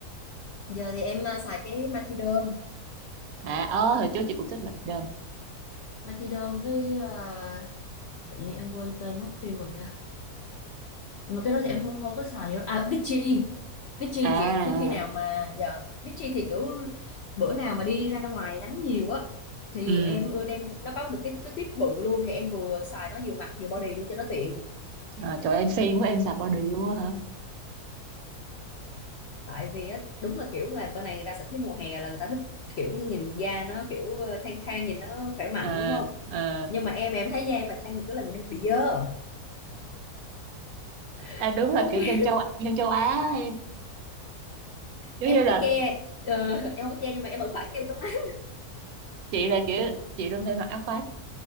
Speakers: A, on the left; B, on the right.
A: giờ thì em ờ, xài cái Matiderm
B: à ơ hồi trước chị cũng thích mạch đơn
A: Matiderm với ờ, tự nhiên em quên tên mất tiêu rồi ta mà cái đó thì em không không có xài nhiều à Vichy Vichy
B: à
A: kiểu khi khi nào
B: à,
A: mà dạ Vichy thì kiểu bữa nào mà đi ra ngoài nắng nhiều á thì
B: ừ
A: em ưa đem nó có được cái cái tiếp bự luôn thì em vừa xài nó vừa mặt vừa body luôn cho nó tiện
B: à, trời ơi, em siêng quá em xài body luôn á hả
A: tại vì á đúng là kiểu là bên này người ta sẽ thấy mùa hè là người ta thích kiểu nhìn da nó kiểu thang thang nhìn nó khỏe mạnh
B: à,
A: đúng không
B: à.
A: nhưng mà em em thấy da em mà thang một cái là nhìn em bị dơ
B: à
A: <laughs>
B: đúng là
A: không
B: kiểu
A: biết
B: dân châu dân châu Á em giống
A: em
B: như
A: không
B: là
A: có che Ờ, em không có che nhưng mà em vẫn phải kêu chống nắng
B: chị là kiểu chị luôn phải mặc áo khoác